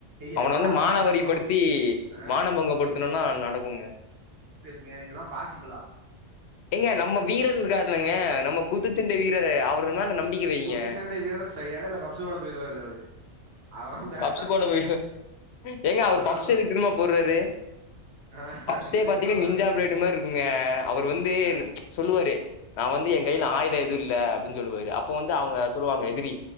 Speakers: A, on the left; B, on the right.
A: அவன
B: எதா
A: வந்து மானாவரிப்படுத்தி
B: நடக்குமா ஆ
A: மானபங்கப்படுத்துனோன்னா நடக்குங்க
B: எ இதெல்லா பாசிபலா
A: ஏங்க நம்ம வீரர் இருக்காருல்லங்க நம்ம குத்துச்சண்டை வீரர் ரு அவரு மேல நம்பிக்க வைங்க
B: குத்துச்சண்டை வீரர் ச எடையில பப்ஸு கூட போயிருவாரு அவரு அதெல்லா பேசாதீங்க
A: பப்ஸு போட போயிடுவாரு ஏங்க அவரு
B: அதனால
A: பப்ஸ்
B: நா
A: எதுக்கு தெரும்மா போற்றாரு
B: ஆ
A: பப்சே
B: எதுக்கு
A: பாத்தீங்கன்னா
B: போறாரு
A: நிஞ்சா ப்ளேட்டு மார்ருக்குங்க அவர் வந்து
B: ஆ
A: சொல் லுவாரு நா வந்து எ கைல ஆயுதோ எதுல்ல அப்டின் சொல்லுவாரு அப்போ வந்து அவுங்க சொல்லுவாங்க எதிரி